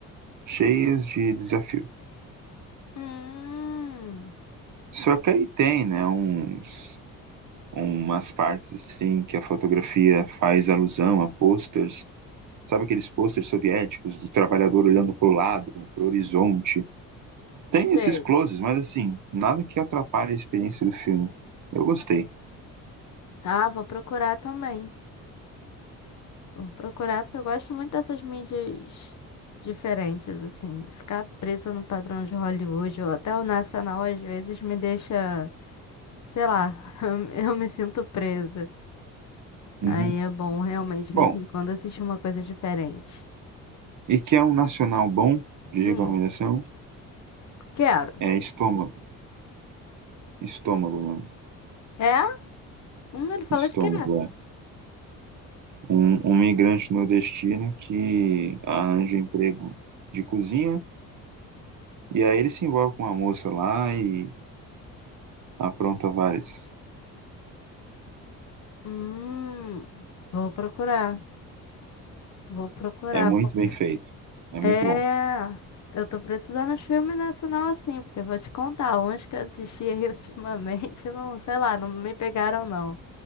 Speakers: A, on the right; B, on the left.
A: cheias de desafio.
B: hum,
A: Só que aí tem, né, uns umas partes assim que a fotografia faz alusão a posters, sabe aqueles posters soviéticos do trabalhador olhando para o lado, para o horizonte, tem
B: sei.
A: esses closes, mas assim, nada que atrapalhe a experiência do filme. Eu gostei.
B: Ah, vou procurar também. Vou procurar porque eu gosto muito dessas mídias diferentes, assim. Ficar preso no padrão de Hollywood ou até o nacional às vezes me deixa, sei lá, <laughs> eu me sinto presa.
A: Uhum.
B: Aí é bom realmente, de
A: Bom,
B: vez em quando, assistir uma coisa diferente.
A: e que é um nacional bom de recomendação?
B: Hum, quero.
A: É Estômago. Estômago, mano.
B: É? Hum, ele fala
A: Estômago,
B: de quê?
A: é. um, um migrante nordestino que arranja um emprego de cozinha e aí ele se envolve com uma moça lá e apronta várias.
B: Hum, vou procurar. Vou procurar,
A: É muito
B: porque.
A: bem feito. É muito
B: É.
A: bom.
B: Eu tô precisando de filme nacional assim, porque eu vou te contar, uns que eu assisti aí <laughs> ultimamente, eu não, sei lá, não me pegaram não.